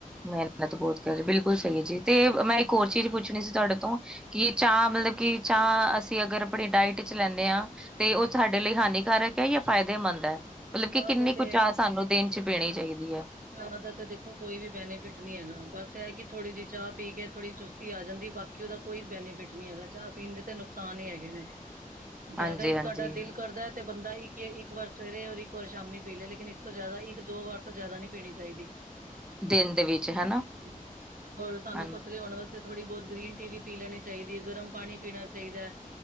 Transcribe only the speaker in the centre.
ਮੈਨਤ ਬੋਤ ਕਰ ਬਿਲਕੁਲ ਸਈ ਐ ਜੀ ਤੇ ਮੈਂ ਇੱਕ ਹੋਰ ਚੀਜ਼ ਪੁੱਛਣੀ ਸੀ ਤੁਆਡੇ ਤੋਂ ਕਿ ਚਾਹ ਮਤਲਬ ਕਿ ਚਾਹ ਅਸੀਂ ਅਗਰ ਆਪਣੀ ਡਾਇਟ ਚ ਲੈਂਦੇ ਹਾਂ ਤੇ ਉਹ ਸਾਡੇ ਲਈ ਹਾਨੀਕਾਰਕ ਹੈ ਜਾਂ ਫਾਇਦੇਮੰਦ ਐ। ਮਤਲਬ ਕਿ
ਕਿੰਨੀ
ਕੁ
ਚਾਹ ਸਾਨੂੰ ਦਿਨ 'ਚ ਪੀਣੀ ਚਾਹੀਦੀ ਹੈ।
<inaudible>
ਹਾਂਜੀ
ਦਿਨ ਦੇ ਵਿੱਚ ਹਨਾ
ਹਾਂਜੀ